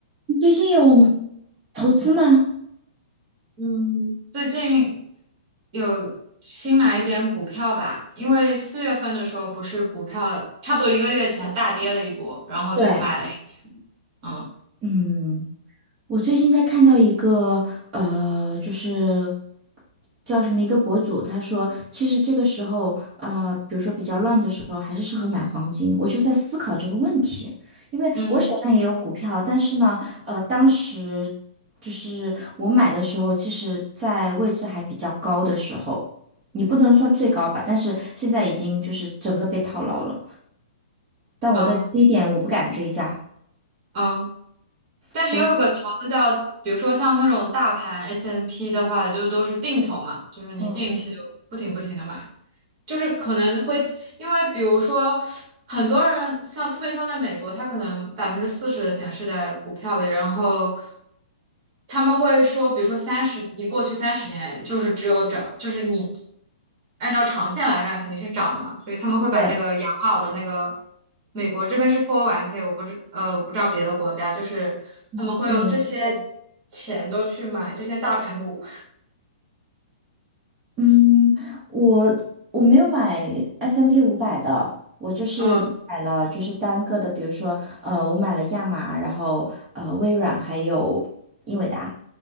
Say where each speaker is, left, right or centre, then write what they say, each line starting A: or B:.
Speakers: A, on the right; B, on the right.
A: 你最近有投资吗？
B: 嗯，最近有新买一点股票吧，因为四月份的时候不是股票差不多一个月前大跌了一波，然后就买了一
A: 对，
B: 嗯
A: 嗯，我最近在看到一个呃，就是叫什么一个博主，他说其实这个时候呃，比如说比较乱的时候，还是适合买黄金。我就在思考这个问题，因为我手上也有股票，
B: 嗯
A: 但是呢，呃，当时就是我买的时候，其实在位置还比较高的时候，你不能算最高吧，但是现在已经就是整个被套牢了。但我在低点我不敢追加，
B: 嗯嗯，但是也有个投资叫，
A: 所以
B: 比如说像那种大盘 S&P n 的话，就都是定投嘛，就是你定期就不停不停的买。
A: 嗯，
B: 就是可能会因为比如说很多人像特别像在美国，他可能百分之四十的钱是在股票里，然后他们会说，比如说三十，你过去三十年就是只有涨，就是你按照长线来看肯定是涨的嘛，所以他们会把那个养老的那个美国这边是
A: 对，
B: for one k 我不知呃我不知道别的国家，就是他们会用这些
A: 四零一，
B: 钱都去买这些大盘股，
A: 嗯，我我没有买 S&P 五百的，我就是买了就是单个的，
B: 嗯
A: 比如说呃，我买了亚麻，然后呃微软还有英伟达，